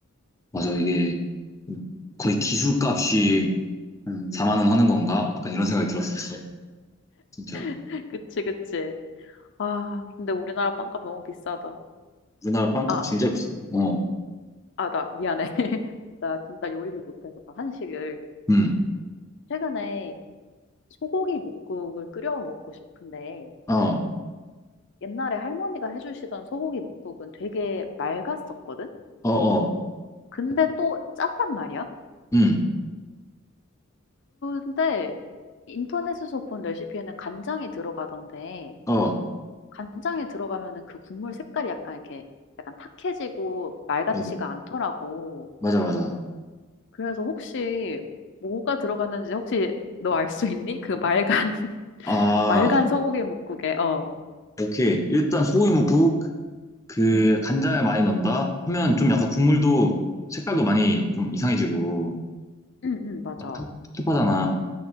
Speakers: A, on the left; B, on the left.
A: 맞아. 이게
B: 응,
A: 거의 기술값이 한 4만
B: 응.
A: 원 하는 건가? 약간 이런 생각이 들었었어. 진짜.
B: <laughs> 그치, 그치. 아, 근데 우리나라 빵값 너무 비싸다.
A: 우리나라 빵값
B: 아,
A: 진짜 비싸. 어,
B: 아, 나 미안해. <laughs> 나 진짜 요리를 못해서 한식을.
A: 음,
B: 최근에 소고기 뭇국을 끓여 먹고 싶은데
A: 어,
B: 옛날에 할머니가 해주시던 소고기 뭇국은 되게 맑았었거든?
A: 어, 어,
B: 근데 또 짰단 말이야?
A: 음,
B: 근데 인터넷에서 본 레시피에는 간장이 들어가던데
A: 어,
B: 간장에 들어가면은 그 국물 색깔이 약간 이렇게 약간 탁해지고 말같지가
A: 맞아.
B: 않더라고.
A: 맞아, 맞아.
B: 그래서 혹시 뭐가 들어갔는지 혹시 너 알 수 있니? 그 말간 <laughs>
A: 아,
B: 말간 소고기 뭇국에 어.
A: 오케이. 일단 소고기 먹고 그
B: 응.
A: 간장을 많이 넣는다 하면 좀 약간 국물도 색깔도 많이 좀 이상해지고
B: 응, 응, 맞아.
A: 막 텁- 텁텁하잖아.